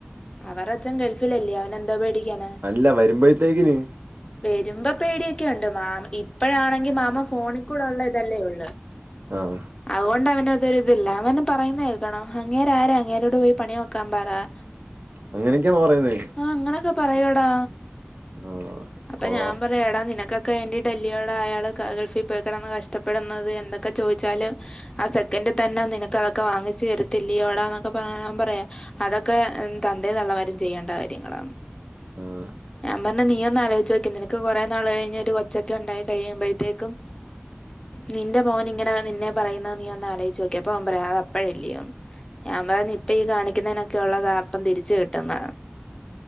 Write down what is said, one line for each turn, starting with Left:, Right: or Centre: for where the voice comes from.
Left: അവറച്ചൻ ഗൾഫിലല്ലേ അവനേന്തോ പേടിക്കാന
Right: അല്ല വരുമ്പഴ്ത്തേക്കിന്
Left: വരുമ്പോ പേടിയൊക്കെയുണ്ട് മാം ഇപ്പഴാണെങ്കി മാമം ഫോണിൽ കൂടെ ഉള്ള ഇതല്ലേ ഉള്ളു
Right: ആഹാ
Left: അതുകൊണ്ട് അവന് അതൊരിതില്ല അവന് പറയുന്ന കേൾക്കണം അങ്ങേര് ആരാ അങ്ങേരോട് പോയി പണി നോക്കാൻ പറ <inaudible>
Right: അങ്ങനെയൊക്കെയാണോ പറയുന്നെ
Left: ആഹ് അങ്ങനെയൊക്കെ പറയുവടാ
Right: ആഹ്
Left: അപ്പൊ
Right: കൊള്ളാം
Left: ഞാൻ പറ എടാ നിനക്കൊക്കെ വേണ്ടിട്ടല്ലൊടാ അയാള് ക ഗൾഫിൽ പോയികിടന്ന് കഷ്ടപ്പെടുന്നത് എന്തൊക്കെ ചോയ്ച്ചാല് ആ സെക്കൻ്റിൽ തന്നെ നിനക്ക് അതൊക്കെ വാങ്ങിച്ചു തരിത്തില്ല്യോട എന്നൊക്കെ പറ അവൻ പറയാ അതൊക്കെ എന് തന്തേം തള്ളമാരും ചെയ്യേണ്ട കാര്യങ്ങളാന്ന്
Right: ആഹ്
Left: ഞാൻ പറഞ്ഞു നീയൊന്ന് ആലോചിച്ചു നോക്കൂ നിനക്ക് കുറെ നാള് കഴിഞ്ഞ് ഒരു കൊച്ചൊക്കെ ഉണ്ടായി കഴിയുമ്പോഴത്തേക്കും നിന്റെ മോന് ഇങ്ങനെ നിന്നെ പറയുന്ന നീ ഒന്ന് ആലോയിച്ചു നോക്കെ അപ്പ അവൻ പറയാ അത് അപ്പഴല്ലയോന്ന് ഞാൻ പറഞ്ഞു ഇപ്പ ഈ കാണിക്കുന്നതിനൊക്കെ ഉള്ളതാ അപ്പം തിരിച്ച് കിട്ടുന്ന